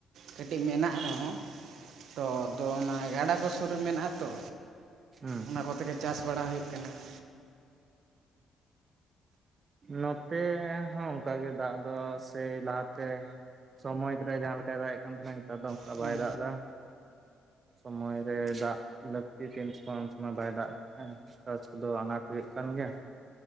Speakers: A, on the right; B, on the right.
A: ᱠᱟᱹᱴᱤᱡ ᱢᱮᱱᱟᱜ ᱨᱮᱦᱚᱸ ᱛᱚ ᱟᱫᱚ ᱚᱱᱟ ᱜᱟᱰᱟ ᱠᱚ ᱥᱩᱨ ᱨᱮ ᱢᱮᱱᱟᱜᱼᱟ ᱛᱚ
B: ᱦᱮᱸ ᱦᱮᱸ ᱦᱩᱸ
A: ᱚᱱᱟ ᱠᱚ ᱛᱮᱜᱮ ᱪᱟᱥ ᱵᱟᱲᱟ ᱦᱩᱭᱩᱜ ᱠᱟᱱᱟ ᱾
B: ᱱᱚᱛᱮ ᱦᱚᱸ ᱚᱱᱠᱟ ᱜᱮ ᱫᱟᱜ ᱫᱚ ᱥᱮᱭ ᱞᱟᱦᱟ ᱛᱮ ᱥᱚᱢᱚᱭ ᱨᱮ ᱡᱟᱦᱟᱸ ᱞᱮᱠᱟᱭ ᱫᱟᱜ ᱮᱫ ᱠᱟᱱ ᱛᱟᱦᱮᱱᱟ ᱱᱮᱛᱟᱨ ᱫᱚ ᱚᱱᱠᱟ
A: ᱦᱮᱸ
B: ᱵᱟᱭ ᱫᱟᱜ ᱮᱫᱟ ᱾ ᱥᱚᱢᱚᱭ ᱨᱮ ᱫᱟᱜ ᱞᱟᱹᱠᱛᱤ ᱛᱤᱱ ᱥᱚᱢᱚᱭ ᱩᱱ ᱥᱚᱢᱚᱭ ᱵᱟᱭ ᱫᱟᱜ <unintelligible> ᱾ ᱪᱟᱥ ᱠᱚᱫᱚ ᱟᱱᱟᱴ ᱦᱩᱭᱩᱜ ᱠᱟᱱ ᱜᱮᱭᱟ ᱾